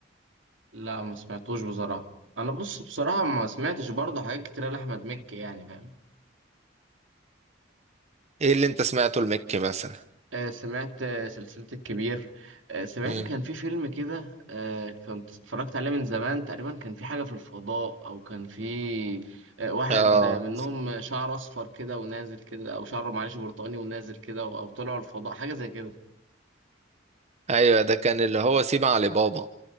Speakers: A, on the right; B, on the right.
A: لا ما سمعتوش بصراحة أنا بص بصراحة ما سمعتش برضه حاجات كتيرة لأحمد مكي يعني فاهم
B: ايه اللي انت سمعته المكي مثلا
A: آه سمعت آه سلسلة الكبير آه سمعت
B: مم.
A: كان في فيلم كده آه كنت اتفرجت عليه من زمان تقريبا كان في حاجة في الفضاء أو كان في آه واحد
B: اه
A: آه، منهم شعره أصفر كده ونازل كده أو شعره معلش برتقاني ونازل كده أو أو طلعوا الفضاء حاجة زي كده
B: ايوه ده كان اللي هو سيب علي بابا